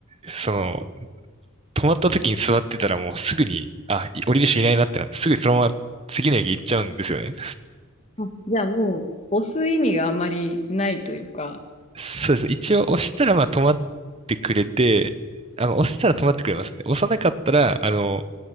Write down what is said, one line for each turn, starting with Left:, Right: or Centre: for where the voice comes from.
Right: その止まった時に座ってたらもうすぐに、あ、い降りる人いないなってなって、すぐそのまま次の駅行っちゃうんですよね。
Left: あ、じゃあもう、押す意味があんまりないというか、
Right: そうです。一応押したらまあ止まってくれて、あの、押したら止まってくれますね。押さなかったら、あの、